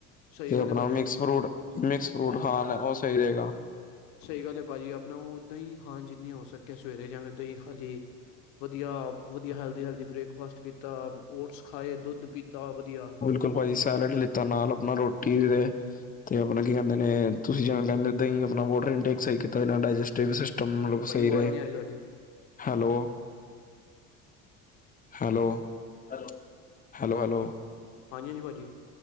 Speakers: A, on the left; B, on the left.
A: ਸਹੀ
B: ਤੇ
A: ਗੱਲ
B: ਆਪਣਾ
A: ਹੈ ਭਾਜੀ
B: ਮਿਕਸ ਫਰੂਟ, ਮਿਕਸ ਫਰੂਟ ਖਾਣ ਉਹ ਸਹੀ ਰਹੇਗਾ।
A: ਸਹੀ ਗੱਲ ਹੈ ਭਾਜੀ। ਆਪਣਾ ਉਹ ਦਹੀਂ ਖਾਣ ਜਿੰਨੀ ਹੋ ਸਕੇ ਸਵੇਰੇ ਜਿਵੇਂ ਦਹੀਂ ਖਾ ਲਈ। ਵਧੀਆ ਅ ਵਧੀਆ ਹੈਲਦੀ- ਹੈਲਦੀ ਬ੍ਰੇਕਫਾਸਟ ਕੀਤਾ। ਓਟਸ ਖਾਏ, ਦੁੱਧ ਪੀਤਾ ਵਧੀਆ।
B: ਕੱਲ ਭਾਜੀ ਸੈਲਡ ਲਿੱਤਾ ਨਾਲ ਆਪਣਾ ਰੋਟੀ ਦੇ ਤੇ ਆਪਣਾ ਕੀ ਕਹਿੰਦੇ ਨੇ, ਤੁਸੀਂ ਜਿਵੇਂ ਕਹਿੰਦੇ ਦੇਈ ਆਪਣਾ ਵੋਟਰ ਇਨ ਇੱਕ ਸਹੀ ਕੀਤਾ ਏਦੇ ਨਾਲ ਡਾਇਜਸਟਟੀਵ ਸਿਸਟਮ ਮਤਲਬ
A: ਭਾਜੀ
B: ਸਹੀ
A: ਆਵਾਜ਼
B: ਰਹੇ।
A: ਨਹੀਂ ਆ ਰਹੀ ਤੁਹਾਡੀ
B: hello, hello, hello, hello, hello,
A: ਹਾਂਜੀ- ਹਾਂਜੀ ਭਾਜੀ।